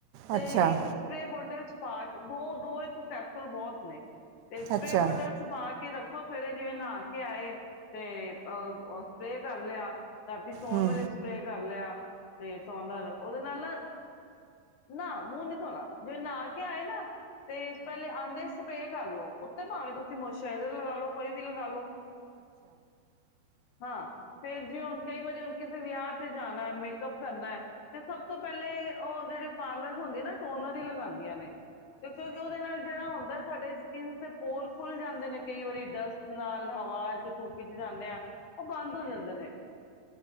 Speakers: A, on the left (about 60°); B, on the right (about 85°).
A: ਤੇ
B: ਅੱਛਾ
A: ਇੱਕ ਸਪਰੇ ਬੋਟਲ ਚ ਪਾ ਦੋ ਦੋ ਇੱਕ ਕੈਥਲ ਬਹੁਤ ਨੇ ਤੇ ਸਪਰੇਅ
B: ਅੱਛਾ
A: ਬੋਤਲ ਚ ਪਾ ਕੇ ਰੱਖੋ ਦੇਖੋ ਸਵੇਰੇ ਜਿਵੇਂ ਨਹਾ ਕੇ ਆਏ ਤੇ ਅਹ ਸਪਰੇਅ ਕਰ ਲਿਆ ਰਾਤੀਂ ਸੋੱਣ
B: ਹੂੰ
A: ਵੇਲੇ ਸਪਰੇਅ ਕਰ ਲਿਆ ਤੇ ਧੋਣ ਨਾਲ ਉਹਦੇ ਨਾਲ ਨਾ ਨਾ ਮੂੰਹ ਨਹੀਂ ਧੋਣਾ ਜੇ ਨਹਾ ਕੇ ਆਏ ਨਾ ਤੇ ਪਹਿਲੇ ਆਉਂਦੇ ਸਵੇਰ ਕਰ ਲਓ ਫੇਰ ਭਾਵੇਂ ਤੁਸੀਂ ਮੋਸਚਰਾਈਜ਼ਰ ਲਗਾ ਲਓ ਕੋਈ ਵੀ ਲਗਾ ਲਓ ਹਾਂ ਫੇਰ ਜੇ ਹੁਣ ਕਈ ਵਾਰੀ ਹੁਣ ਕਿਸੇ ਵਿਆਹ ਤੇ ਜਾਣਾ ਮੇਕਅਪ ਕਰਨਾ ਤੇ ਸਭ ਤੋਂ ਪਹਿਲੇ ਉਹ ਜਿਹੜੀ ਪਾਰਲਰਜ ਹੁੰਦੀਆਂ ਨਾ ਟੋਨਰ ਹੀ ਲਗਾਉਂਦੀਆਂ ਨੇ ਤੇ ਕਿਉਂਕਿ ਜੋ ਉਹਦੇ ਨਾਲ ਜਿਹੜਾ ਹੁੰਦਾ ਸਾਡੇ ਸਕਿਨ ਦੇ ਪੋਰ ਖੁੱਲ ਜਾਂਦੇ ਨੇ ਕਈ ਵਾਰੀ ਡਸਟ ਨਾਲ ਹਵਾ ਚ ਧੂਪ ਚ ਜਾਂਦੇ ਆ ਉਹ ਬੰਦ ਹੋ ਜਾਂਦੇ ਨੇ